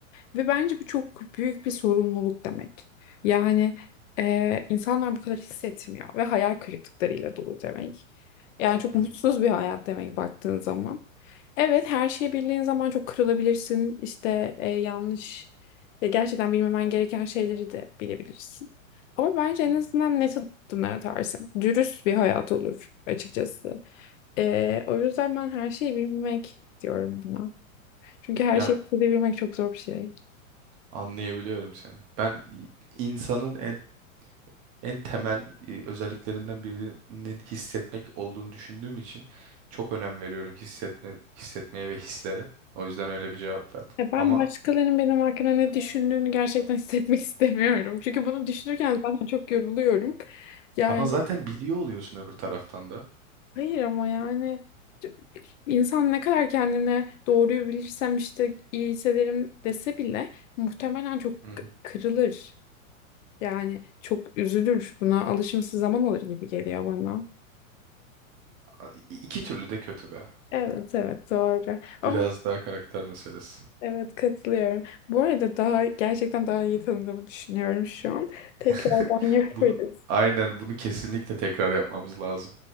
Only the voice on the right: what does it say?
Hı
hı,
hı hı.
Ya
anlayabiliyorum seni. Ben i- insanın en en temel e, özelliklerinden birinin hissetmek olduğunu düşündüğüm için çok önem veriyorum hissetme hissetmeye ve hislere. O yüzden öyle bir cevap verdim.
Ama
ama zaten biliyor oluyorsun öbür taraftan da.
Hı hı.
A- i- İki türlü de kötü be.
Biraz daha karakter meselesi.
<laughs>
Bunu aynen bunu kesinlikle tekrar yapmamız lazım.